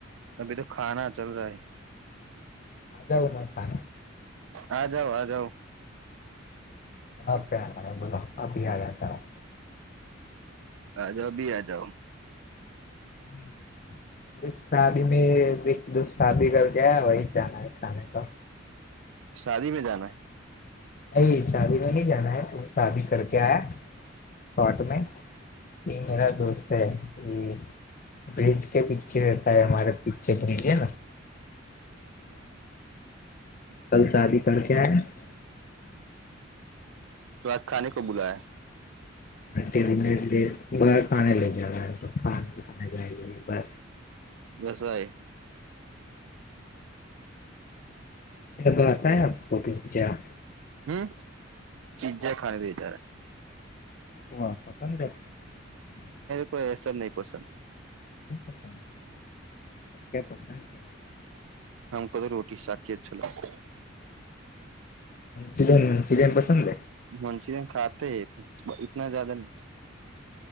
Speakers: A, on the right; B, on the left.
A: અભી તો ખા ચલ રહા હૈ.
B: હજાવ ખ.
A: આ જાાવ આ જાઉ.
B: બોધા આપ આતા હ.
A: હા જો અભી આ જાઓ.
B: હમ. ી શાદી મે એક દ શાદી કર ગ વહી જ હૈ ખાને ક
A: શાદી મે જાનાૈ
B: નહી શાદી ન ન જા હૈ શાદી કરકે આયા શટ મે. એ મેરા દોસ્ત હૈ એ. ભેજ કે પીછે રહેતા હ હરે પીછે ભેજે. કલ શાદી કર ક્યાયા
A: તો આજ ખાને કો બુલાયા
B: ટ બાર પા લઈ જવા તો ખાય.
A: બસાય
B: પિ્જા તોતા આપકો પિ્જા
A: હમ, પીઝ્જા ખા દઈ ત્યારે.
B: હ પસંદ
A: હો એ સર નહી પોસ
B: ી પસંદ તો ક્યા પસંદ કે્યા
A: હમ ક તો રોટી સાાકીી જ છો.
B: મિન મિજન પસંદ
A: મંચુરિયન ખાતે હૈ તના જદા નહી.